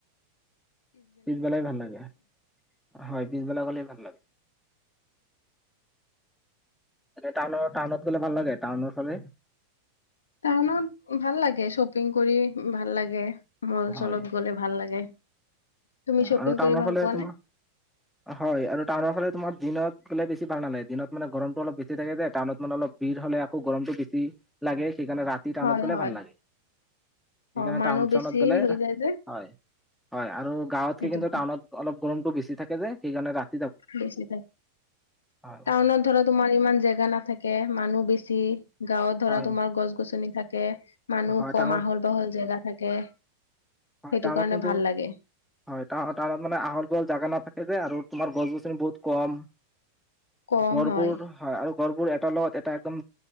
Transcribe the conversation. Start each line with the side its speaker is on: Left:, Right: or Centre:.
Centre: পিছবেলাই ভাল লাগে, হয় পিছবেলা গ'লেই ভাল লাগে। এটাউনৰ, টাউনত গ'লে ভাল লাগে টাউনৰ ফালে।
Left: টাউনত ভাল লাগে শ্বপিং কৰি ভাল লাগে। মল
Centre: হয়
Left: চলত গ'লে ভাল লাগে। তুমি শ্বপিং
Centre: আৰু টাউনৰ
Left: কৰি ভাল
Centre: ফালে
Left: পোৱা
Centre: তোমাৰ,
Left: নে
Centre: হয় আৰু টাউনৰ ফালে তোমাৰ দিনত -- গলে বেছি ভাল নালাগ দিনত মানে গৰমটো অলপ বেছি থাকে যে টাউনত মানে অলপ ভিৰ হলে আকৌ গৰমটো বেছি লাগে। সেইকাৰণে ৰাতি টাউনত
Left: হয়
Centre: গ'লে
Left: হয়
Centre: ভাল লাগে, সেইকাৰণে
Left: অ মানুহ
Centre: টাউন চউনত
Left: বেছি
Centre: গ'লে
Left: হৈ যায় যে
Centre: হয়, হয় আৰু --
Left: সেইটো
Centre: <unintelligible> কিন্তু
Left: কাৰণে
Centre: টাউনত অলপ গৰমটো বেছি থাকে যে সেইকাৰণে ৰা --
Left: বেছি থাক,
Centre: হয়
Left: টাউনত ধৰা তোমাৰ ইমান জেগা নাথাকে মানুহ বেছি -- জি -- গাঁৱত ধৰা
Centre: হয়
Left: তোমাৰ গছ গছনি থাক -- তে -- মানুহ
Centre: হয়
Left: কম
Centre: টাউনত
Left: আহল বাহল জেগা থাকে।
Centre: হয়
Left: সেইটো
Centre: টাউনত
Left: কাৰণে
Centre: কিন্তু
Left: ভাল লাগে
Centre: হয়টা টাউনত মানে আহল বহল জাগা নাথাকে যে আৰু তোমাৰ গছ গছ বহুত কম
Left: কম
Centre: গৰ্বৰ
Left: হয়
Centre: হায় আৰু ঘৰবোৰ এটা লগত এটা একদম